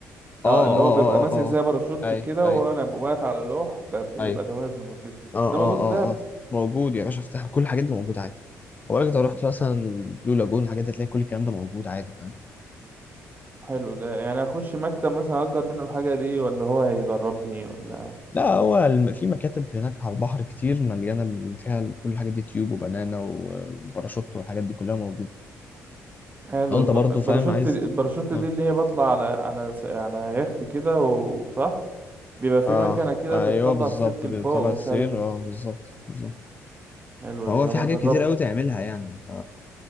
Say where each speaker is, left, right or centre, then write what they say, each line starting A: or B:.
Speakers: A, on the left; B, on the right.
A: اه
B: اه
A: اه
B: اللي هو بيبقى ماسك
A: اه اه
B: زي باراشوت
A: اه اي
B: كده
A: اي
B: وانا واقف على لوح ب- بيبقى
A: اي
B: توازن وكده
A: اه اه
B: ده موجود في
A: اه
B: دهب
A: اه موجود يا باشا افتح كل الحاجات دي موجودة عادي هقول لك لو رحت مثلا البلو لاجون الحاجات دي هتلاقي كل الكلام ده موجود عادي فاهم
B: حلو ده يعني اخش مكتب مثلا اجر منه الحاجه دي ولا هو هيدربني ولا
A: لا هو الم- في مكاتب هناك على البحر كتير مليانة ال- فيها ال- كل الحاجات دي تيوب وبنانا و- وباراشوت والحاجات دي كلها موجودة
B: حلو
A: لو انت
B: البر-
A: برضه
B: الباراشوت
A: فاهم عايز
B: دي- الباراشوت
A: اه
B: دي اللي هي بطلع على على س- على يخت كده و- وصح بيبقى في
A: اه
B: مكنه كده
A: ايوه
B: بتطلع
A: بالظبط
B: السلك
A: بيطلع
B: لفوق ومش
A: السير
B: عارف ايه
A: اه بالظبط بالظبط
B: حلو
A: فهو
B: دي يابا
A: في حاجات
B: اجربها
A: كتير قوي تعملها يعني ف